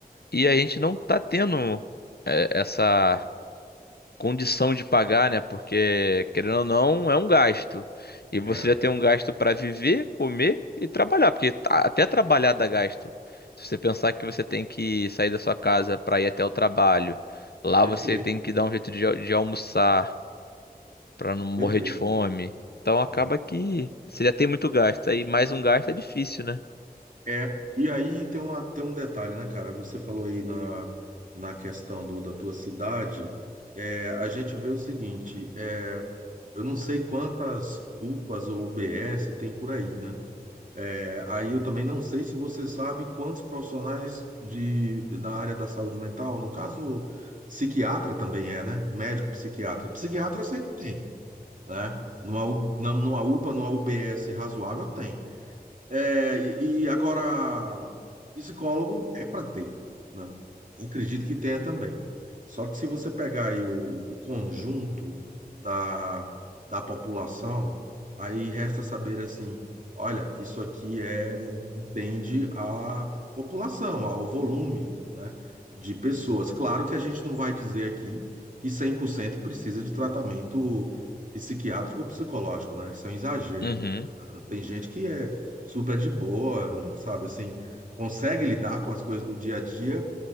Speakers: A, on the left (about 85°); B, on the right (about 55°).
A: E a gente não tá tendo é, essa. condição de pagar, né? Porque, querendo ou não, é um gasto. E
B: É.
A: você já tem um gasto para viver, comer e trabalhar, porque tá- até trabalhar dá gasto. Se você pensar que você tem que sair da sua casa para ir até o trabalho, lá
B: Perfeito,
A: você tem que dar um jeito de, al- de almoçar para não morrer
B: perfeito.
A: de fome. Então acaba
B: É.
A: que você já tem muito gasto. Aí mais um gasto é difícil, né?
B: É, e aí tem uma, tem um detalhe, né, cara? Você falou aí na, na questão do, da tua cidade, é, a gente vê o seguinte, é, eu não sei quantas UPAs ou UBS tem por aí, né? É, aí eu também não sei se você sabe quantos profissionais de, da área da saúde mental, no caso, psiquiatra também é, né? Médico psiquiatra. Psiquiatra eu sei que tem, né? Numa, U- na- numa UPA, numa UBS razoável, tem. É, e, e agora, psicólogo é para ter, né? Acredito que tenha também. Só que se você pegar aí o, o conjunto da, da população, aí resta saber assim, olha, isso aqui é entende a população, ao volume, né, de pessoas. Claro que a gente não vai dizer aqui que 100% precisa de tratamento psiquiátrico ou psicológico, né? Isso é um exagero.
A: Uhum,
B: Tem gente que é super de boa, não sabe assim, consegue lidar com as coisas do dia a dia